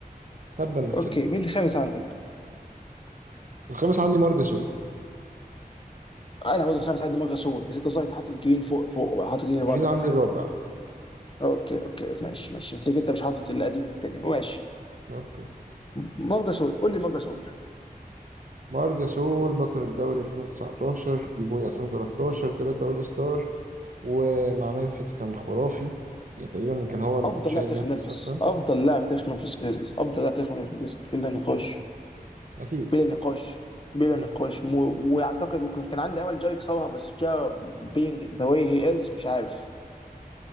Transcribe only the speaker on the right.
تبا للسيلتكس
الخامس عندي مارجاسول
جرين عندي
الرابع
اوكي
مارجاسول بطل الدوري 2019 دي بوي 2013 ثلاثة اول ستار ومع ممفيس كان خرافي يعني تقريبا كان هو اللي
شايل
ممفيس
اصلا
مم. اكيد
مم.